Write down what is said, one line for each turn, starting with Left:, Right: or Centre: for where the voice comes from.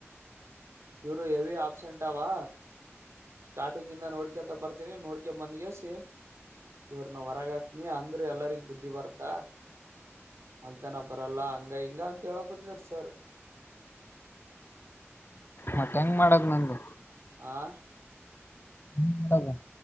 Right: ಇವರು ಹೆವಿ ಆಪ್ಸೆಂಟ್ವಾ ಸ್ಟಾರ್ಟಿಂಗ್ ಇಂದ ನೋಡ್ಕಂತ ಬರ್ತೀನಿ ನೋಡ್ಕ ಬಂದಗೆ ಸಿ ಇವ್ರನ ಹೊರಗ ಹಾಕ್ನಿ ಅಂದ್ರೆ ಎಲ್ಲರಿಗ ಬುದ್ಧಿ ಬರ್ತಾ ಅಲ್ತಾನ ಬರಲ್ಲ ಹಂಗ ಹಿಂಗ ಅಂತ ಹೇಳಕತಿದಾರ ಸರ್ ಹಪ್ಪ
Left: ಮತ್ತೆ ಹೆಂಗ್ ಮಾಡದ್ ನಂದು
Right: ಆ
Left: ಹ್ಮ ಬರಬ